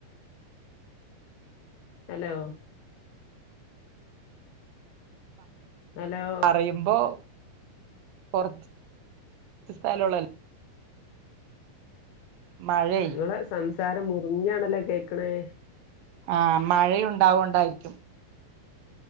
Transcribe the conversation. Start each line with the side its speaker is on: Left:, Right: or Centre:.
Left: അലോ? ഹലോ
Right: പറയുമ്പോ കൊറച്ച് സ് സ്‌ഥലൊള്ളാല്ലോ? മഴേ
Left: ങ്ങളെ സംസാരം മുറിഞ്ഞാണല്ലോ കേക്കണേ?
Right: ആഹ മഴയുണ്ടാവോണ്ടായിരിക്കും.